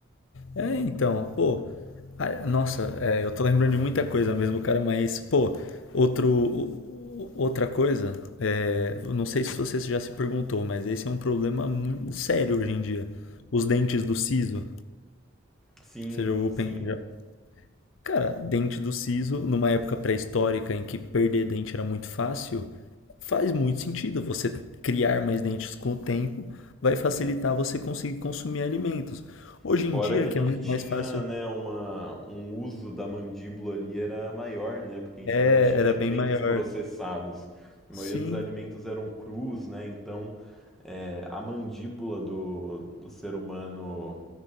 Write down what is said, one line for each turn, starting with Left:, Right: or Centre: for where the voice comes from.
Left: É, então, pô, a- nossa, é, eu tô lembrando de muita coisa mesmo, cara, mas, pô, outro, o- outra coisa, é, eu não sei se você já se perguntou, mas esse é um problema muito sério hoje em dia. Os dentes do siso,
Centre: Sim,
Left: você já ouviu,
Centre: sim.
Left: pen- já Cara, dente do siso, numa época pré-histórica em que perder dente era muito fácil, faz muito sentido. Você criar mais dentes com o tempo vai facilitar você conseguir consumir alimentos. Hoje
Centre: Fora
Left: em dia,
Centre: que a
Left: que
Centre: gente
Left: é muito
Centre: tinha,
Left: mais fácil,
Centre: né, uma, um uso da mandíbula ali era maior, né, porque a gente
Left: é,
Centre: não tinha
Left: era
Centre: alimentos
Left: bem maior.
Centre: processados. A
Left: Sim,
Centre: maioria dos alimentos eram crus, né, então é, a mandíbula do, do ser humano